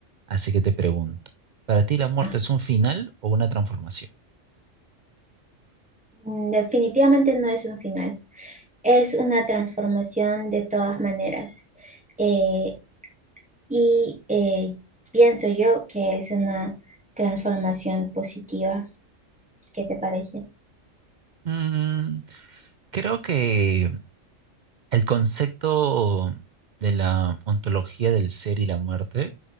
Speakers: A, on the right; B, in the centre.
A: Así que te pregunto, ¿para ti la muerte
B: Ah,
A: es un final o una transformación?
B: mm, Definitivamente no es un final, es una transformación de todas maneras. Eh, y eh, pienso yo que es una transformación positiva. ¿Qué te parece?
A: Mm, creo que El concepto de la ontología del ser y la muerte,